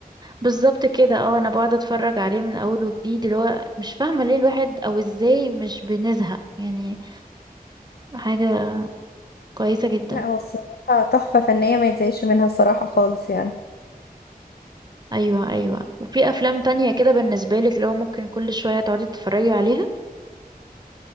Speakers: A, on the right; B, on the left.
A: بالظبط كده اه انا بقعد اتفرج عليه من اول وجديد اللي هو مش فاهمه ليه الواحد او ازاي مش بنزهق يعني حاجه كويسه جدا
B: لا هو الصراحه تحفه فنيه ما يتزايدش منها الصراحه خالص يعني
A: ايوه ايوه وفي افلام تانية كده بالنسبه لك اللي هو ممكن كل شويه تقعدي تتفرجي عليها